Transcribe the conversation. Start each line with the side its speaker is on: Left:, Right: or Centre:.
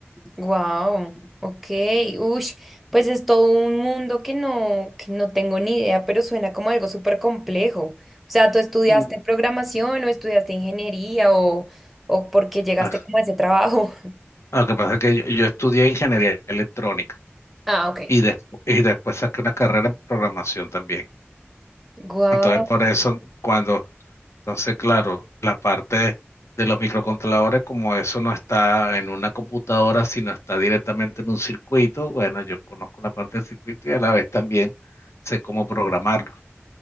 Centre: wow, ok, ush, pues es todo un mundo que no, que no tengo ni idea, pero suena como algo súper complejo. O sea, ¿tú estudiaste
Left: Mm,
Centre: programación o estudiaste ingeniería o, o por qué llegaste
Left: Ah,
Centre: como a ese trabajo? <laughs>
Left: Lo que pasa es que yo, yo estudié ingeniería electrónica
Centre: Ah, ok.
Left: y, despu- y después saqué una carrera en programación también.
Centre: Wow,
Left: Entonces, por eso, cuando, entonces, claro, la parte de los microcontroladores, como eso no está en una computadora, sino está directamente en un circuito, bueno, yo conozco la parte del circuito y a la vez también sé cómo programarlo.